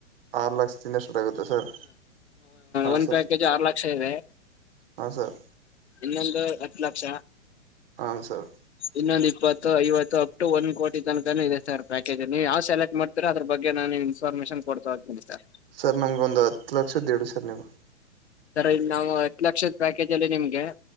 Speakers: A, on the right (about 50°); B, on the left (about 65°).
A: ಆರು ಲಕ್ಷದಿಂದ ಸಟ್ ಆಗುತ್ತೆ ಸರ್ ಹಾಂ
B: ಒಂದ್
A: ಸರ್
B: ಪ್ಯಾಕೇಜ್ ಆರು ಲಕ್ಷ ಇದೆ
A: ಹಾ ಸರ್
B: ಇನ್ನೊಂದು ಹತ್ತು ಲಕ್ಷ
A: ಹನ್ ಸರ್
B: ಇನ್ನೊಂದು ಇಪ್ಪತ್ತು ಐವತ್ತು ಅಪ್ ಟು ಒನ್ ಕೋಟಿ ತನಕನೂ ಇದೆ ಸರ್ ಪ್ಯಾಕೇಜ್ ನೀವುಾವ ಸೆಲೆಕ್ಟ್ ಮಾಡ್ತರ ಅದ್ರ ಬಗ್ ನಾನ ಇನ್ಫಾರ್ಮೇಶನ್ ಕೊಡ್ತಾ ಹೋಗತೀನಿ ಸರ್
A: ಸರ್ ನಮ್ಗ ಒಂದು ಹತ್ತು ಲಕ್ಷದೇಡು ಸರ್ ನೀವು
B: ಸರ ಇಲ್ಲಿ ನಾವು ಹತ್ತು ಲಕ್ಷದ ಪ್ಯಾಕೇಜ್ ಅಲ್ಲಿ ನಿಮ್ಗೆ